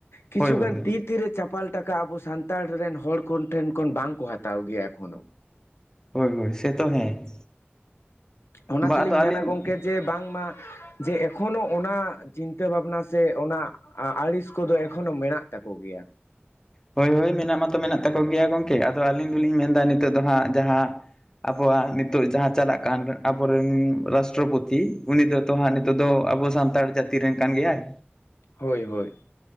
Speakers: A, on the left; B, on the left.
A: ᱠᱤᱪᱷᱩᱜᱟᱱ
B: ᱦᱳᱭ ᱦᱳᱭ
A: ᱛᱤ ᱨᱮ ᱪᱟᱯᱟᱞ ᱴᱟᱠᱟ ᱟᱵᱚ ᱥᱟᱱᱛᱟᱲ ᱨᱮᱱ ᱦᱚᱲ ᱠᱷᱚᱱ ᱴᱷᱮᱱ ᱠᱷᱚᱱ ᱵᱟᱝ ᱠᱚ ᱦᱟᱛᱟᱣ ᱜᱮᱭᱟ ᱮᱠᱷᱚᱱᱳ᱾
B: ᱦᱳᱭ ᱦᱳᱭ ᱥᱮᱛᱚ ᱦᱮᱸ,
A: ᱚᱱᱟ
B: ᱵᱟ
A: ᱛᱮᱞᱤᱧ
B: ᱟᱫᱚ ᱟᱹᱞᱤᱧ
A: ᱢᱮᱱᱟ ᱜᱚᱝ ᱠᱮ ᱡᱮ ᱵᱟᱝᱢᱟ ᱡᱮ ᱮᱠᱷᱚᱱᱳ ᱚᱱᱟ ᱪᱤᱱᱛᱟᱹ ᱵᱷᱟᱵᱽᱱᱟ ᱥᱮ ᱚᱱᱟ ᱟᱹᱲᱤᱥ ᱠᱚᱫᱚ ᱮᱠᱷᱚᱱᱳ ᱢᱮᱱᱟᱜ ᱛᱟᱠᱚ ᱜᱮᱭᱟ᱾
B: ᱦᱳᱭ ᱦᱳᱭ ᱢᱮᱱᱟᱜ ᱢᱟᱛᱚ ᱢᱮᱱᱟᱜ ᱛᱟᱠᱚ ᱜᱮᱭᱟ ᱜᱚᱝᱠᱮ ᱟᱫᱚ ᱟᱹᱞᱤᱧ ᱫᱚᱞᱤᱧ ᱢᱮᱱᱫᱟ ᱱᱤᱛᱚᱜ ᱫᱚ ᱦᱟᱸᱜ ᱡᱟᱦᱟᱸ ᱟᱵᱚᱣᱟᱜ ᱱᱤᱛᱚᱜ ᱡᱟᱦᱟᱸ ᱪᱟᱞᱟᱜ ᱠᱟᱱ ᱟᱵᱚᱨᱮᱱ ᱨᱟᱥᱴᱨᱚᱯᱚᱛᱤ ᱩᱱᱤ ᱫᱚ ᱛᱚ ᱦᱸᱟᱜ ᱱᱤ ᱛᱚᱜ ᱫᱚ ᱟᱵᱚ ᱥᱟᱱᱛᱟᱲ ᱡᱟᱹᱛᱤ ᱨᱮᱱ ᱠᱟᱱ ᱜᱮᱭᱟᱭ᱾
A: ᱦᱳᱭ ᱦᱳᱭ